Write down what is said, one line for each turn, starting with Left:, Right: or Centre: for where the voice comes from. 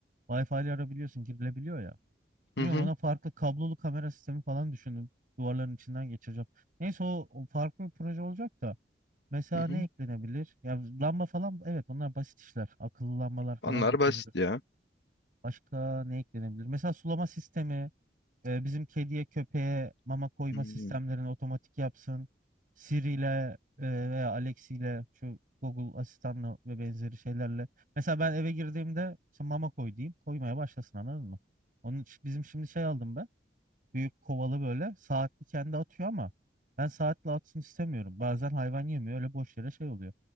Right: Wi-Fi'li arabiliyorsun, girilebiliyor ya. Bilmiyorum
Left: Hı hı.
Right: ona farklı kablolu kamera sistemi falan düşündüm. Duvarların içinden geçireceğim. Neyse o, o farklı bir proje olacak da. Mesela
Left: Hı hı.
Right: ne eklenebilir? Ya lamba falan evet onlar basit işler. Akıllı lambalar falanla
Left: Onlar
Right: çözülür.
Left: basit ya.
Right: Başka ne eklenebilir? Mesela sulama sistemi, e, bizim kediye köpeğe mama koyma
Left: Hı.
Right: sistemlerini otomatik yapsın. Siri ile e, veya Alex ile şu Google asistanla ve benzeri şeylerle. Mesela ben eve girdiğimde işte mama koy diyeyim. Koymaya başlasın anladın mı? Onun için bizim şimdi şey aldım ben. Büyük kovalı böyle saatli kendi atıyor ama ben saatli atsın istemiyorum. Bazen hayvan yemiyor öyle boş yere şey oluyor.